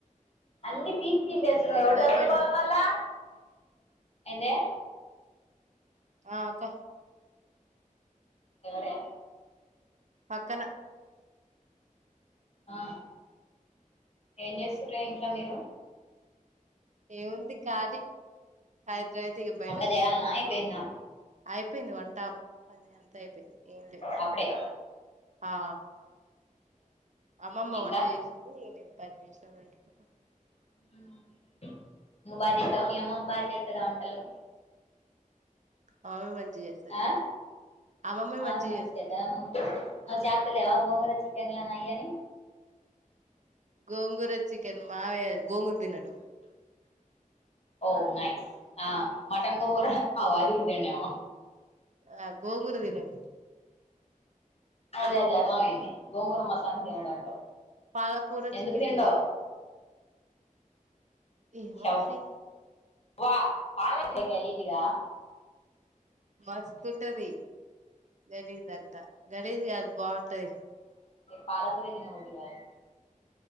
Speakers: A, on the left (about 50°); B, on the right (about 60°).
A: అన్ని పీ స ఎవ
B: ఎడదాకా
A: జదు
B: పోయినావు
A: పోల్ మల్లా ఎన్న
B: ఆక
A: ఎవరే
B: పక్కన
A: ఆ ఏం చేస్తారే ఇంట్లో మీరు
B: ఏముంది ఖాళీ హైదరాబద్ బయటకు
A: వంట చేయాలనా
B: కూర్చకొని
A: అయిపోయిందా
B: అయిపోయింది వన్ టాప్ అని అంతా అయిపోయింది ఏం లేదు
A: అప్పుడే
B: ఆ అమ్మమ్మ
A: ఇంకా
B: వంట చేసింది నేను పనిచేసిన <unintelligible>
A: <unintelligible> మీ అమ్మమ్ బాగ్ చేస్తదా వంటలు
B: అమ్మమ్మ మంచిగా చేస్తది
A: ఆ
B: అమ్మమ్మ
A: అవును మంచిగా
B: చేస్తది
A: చెత్తది ను నువ్
B: ఆ
A: చేత్తలేవ గోంగర చికెన్లని అయిఅని
B: గోంగూర చికెన్ మావయ గోంగూరు తినడు
A: ఓ నయిస్ ఆ మటన్ గోంగూర అఓ అది గుడ్ తినడేమో
B: ఆ గోంగూర దినడు
A: అదే అదే అర్థమయంది గోంగూరం మొత్తానికి తినడు అంటవు
B: పాలకూర
A: ఎందుకు
B: చికెన్
A: తినడో
B: చేసిన ఏమో
A: షౌ
B: మరి
A: వా పాలన్నాయ్ గలీజ్ గా
B: మస్తుంటది గలిజంతా గణేష్ ది ఆది బాగుంటది
A: పాలకూరె తినబుద్ధి కాదు